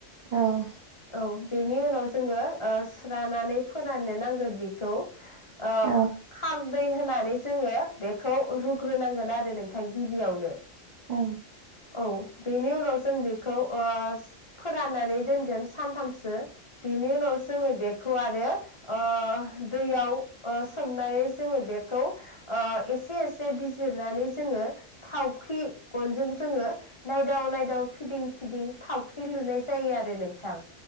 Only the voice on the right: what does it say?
औ
औ
औ